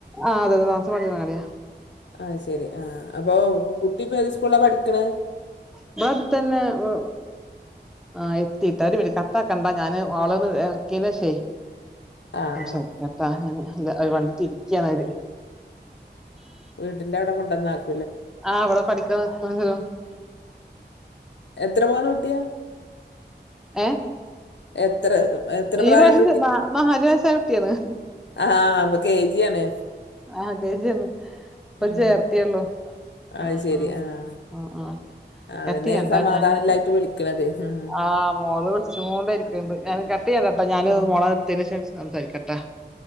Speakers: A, in the centre; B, on the left (about 80°).
A: ആഹ് അതെ അതെ താമസം പടിഞ്ഞാറങ്ങാടിയ
B: ആഹ് ശെരി ആഹ അപ്പൊ കുട്ടിപ്പൊ ഏത് സ്കൂളില പഠിക്ക്ണ്
A: ഇവ്ടെ അട്തന്നെ ഓ ആ എത്തി താ പോ കട്ടാക്കണ്ട ഞാന് ഓളന്ന് ഇറക്കിനെ ഷെയ്
B: ആഹ്
A: സംസാരിക്കാം
B: ആഹ്
A: കേട്ടാ ഞ എ അത് വണ്ടി തിരിക്കാണത്
B: വീട്ടിന്റെ അവിടെ കൊണ്ടുവന്നക്കാ
A: ആഹ വിടെ പഠിക്കാണങ്കിലോ
B: എത്ര പോന്ന കുട്ടിയാ
A: ഏ
B: എത്ര എത്ര
A: ഈ
B: പ്രായള്ള
A: പ്രാവശ്യംന്താ നാല് വയസായ കുട്ടിയാണ്
B: ആഹ പ്പ കെജിയാണ്
A: ആ <unintelligible> ഇപ്പംചെർ
B: ഉം
A: ത്തേള്ളൂ
B: അത്
A: ആ
B: ശെരി
A: ആ
B: ആഹ്
A: ആ ആ
B: അതന്നെ
A: എത്തി എന്താ
B: സമാധാനല്ലായിട്ട്
A: ഞാന്
B: വിളിക്കണത് ഉം
A: ആഹ മോൾ വിളിച്ച്കൊണ്ട് ണ്ട് ഞൻ കട്ട യ്യെല്ലട്ടാ ഞാന്
B: ഉം
A: മോളെ ഇട്തേൻ ശേഷം സംസാരിക്കാംട്ടാ